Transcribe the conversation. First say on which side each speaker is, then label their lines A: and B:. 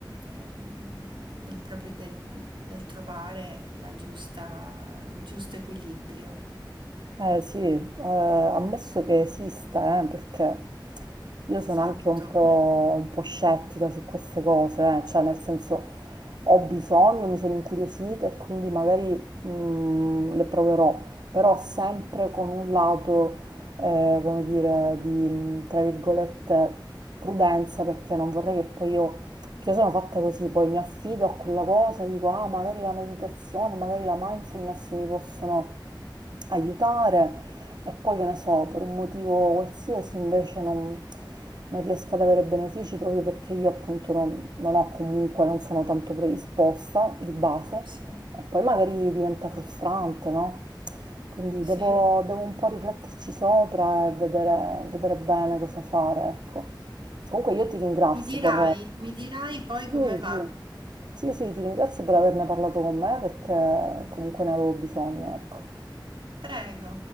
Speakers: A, on the right; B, on the right.
A: ehm, nel proprio del- nel trovare la giusta, il giusto equilibrio.
B: Eh sì, eh, ammesso che esista, eh, perché io
A: Esatto.
B: sono anche un po', un po' scettica su queste cose, eh, Cioè nel senso ho bisogno, mi sono incuriosita e quindi magari mm, le proverò, però sempre con un lato, eh, come dire, di, mm, tra virgolette, prudenza, perché non vorrei che poi io, che io sono fatta così, poi mi affido a quella cosa, dico, ah, magari la meditazione, magari la mindfulness mi possono aiutare e poi che ne so, per un motivo qualsiasi invece non, non riesco ad avere benefici proprio perché io appunto non, non ho comunque, non sono tanto predisposta di base
A: Sì.
B: e poi magari diventa frustrante, no? Quindi
A: Sì.
B: devo, devo un po' rifletterci sopra e vedere, vedere bene cosa fare, ecco. Comunque io ti ringrazio
A: Mi dirai,
B: per...
A: mi dirai poi
B: Sì,
A: come va.
B: sì. Sì, sì, ti ringrazio per averne parlato con me perché comunque ne avevo bisogno, ecco.
A: Prego.